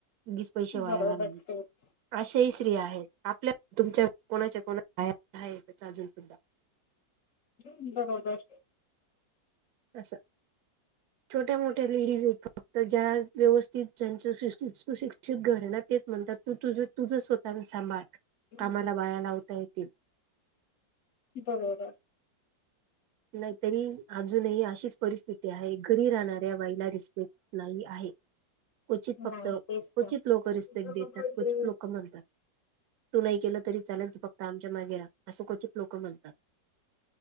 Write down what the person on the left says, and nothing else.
बरोबर
तेच
<inaudible> बरोबर.
बरोबर
बरोबर.
नाही
तेच तर